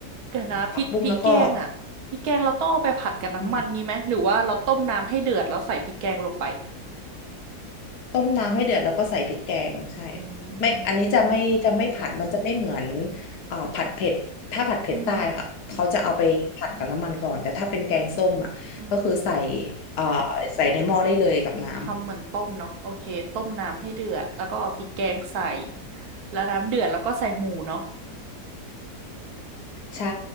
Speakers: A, on the right (about 70°); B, on the left (about 75°).
A: เดี๋ยวนะพริกพริกแกงอ่ะพริกแกงเราต้องเอาไปผัดกับน้ำมันงี้ไหมหรือว่าเราต้มน้ำให้เดือดแล้วใส่พริกแกงลงไป
B: เอ่อผักบุ้งแล้วก็อืม ต้มน้ำให้เดือดแล้วก็ใส่พริกแกงใช่
A: อื
B: ไม่อันนี้จะไม่จะไม่ผัดมันจะไม่เหมือน
A: มต้ม
B: อ่าผัดเผ็ดถ้าผัดเผ็ดใต้ค่ะเขาจะเอาไปผัดกับน้ำมันก่อนแต่ถ้าเป็นแกงส้มอ่ะก็คือใส่
A: อืมอืม
B: อ่าใส่ในหม้อได้เลยกับน้ำ
A: ทำเหมือนต้มเนาะโอเคต้มน้ำให้เดือดแล้วก็เอาพริกแกงใส่แล้วน้ำเดือดแล้วก็ใส่หมูเนาะ
B: ใช่